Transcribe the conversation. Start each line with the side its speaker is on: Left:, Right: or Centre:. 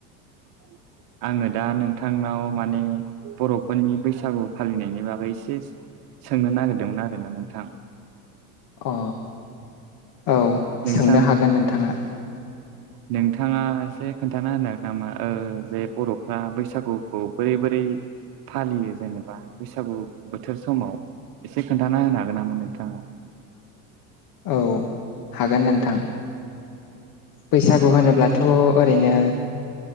Right: <unintelligible> आङो दा नोंथांनाव माने बर'फोरनि बैसागु फालिनायनि बागै एसे सोंनो नागिरदोंमोन आरोना नोंथां।
Left: अ औ
Right: नोंथां
Left: सोंनो हागोन नोंथाङा।
Right: <inaudible> नोंथाङा एसे खोन्थाना होनो नामा जे बर'फ्रा बैसागुखौ बोरै बोरै फालियो जेनेबा बैसागु बोथोर समाव एसे खोन्थाना होनो हागोन नामोन नोंथाङा
Left: औ हागोन नोंथां। बैसागु होनोब्लाथ' ओरैनो।